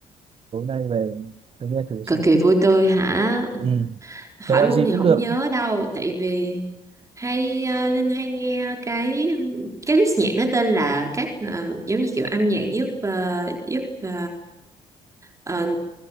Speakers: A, on the right; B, on the right.
A: tối nay về tôi nghe thử xem
B: cực
A: nào
B: kỳ vui tươi hả
A: ừ.
B: hỏi
A: thể loại
B: luôn
A: gì
B: thì
A: cũng
B: không
A: được
B: nhớ đâu tại vì hay ờ, Linh hay nghe cái cái list nhạc nó tên là các ờ, giống như kiểu âm nhạc giúp ờ, giúp ờ, ờ,